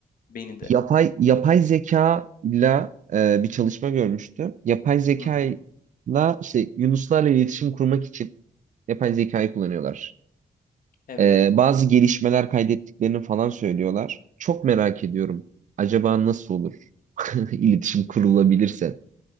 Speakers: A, on the left; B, on the right.
A: beni de.
B: Yapay yapay zeka ile e, bir çalışma görmüştüm. Yapay zekayla
A: Hı hı,
B: işte yunuslarla iletişim kurmak için yapay zekayı kullanıyorlar.
A: evet.
B: Eee, bazı gelişmeler kaydettiklerini falan söylüyorlar. Çok merak ediyorum. Acaba nasıl olur? <laughs> İletişim kurulabilirse